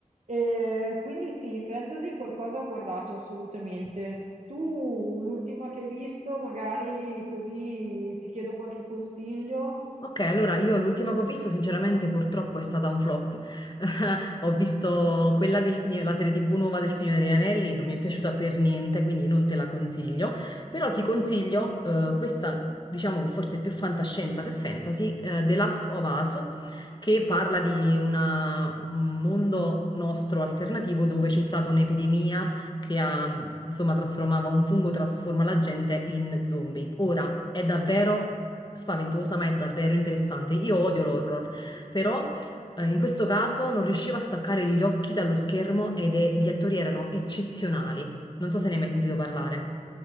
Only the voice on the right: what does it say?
Eh, quindi sì, fantasy qualcosa ho guardato assolutamente. Tu l'ultima che hai visto, magari così ti chiedo qualche consiglio.